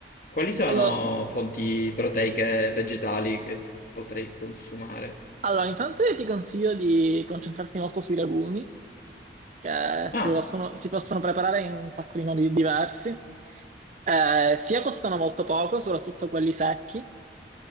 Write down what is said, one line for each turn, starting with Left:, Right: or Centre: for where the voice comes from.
Left: Quali sono
Right: Allora,
Left: fonti proteiche vegetali che potrei consumare?
Right: allora intanto io ti consiglio di concentrarti molto sui legumi che si
Left: Ah,
Right: possono, si possono preparare in un sacco di modi diversi. Eh, sia costano molto poco, soprattutto quelli secchi,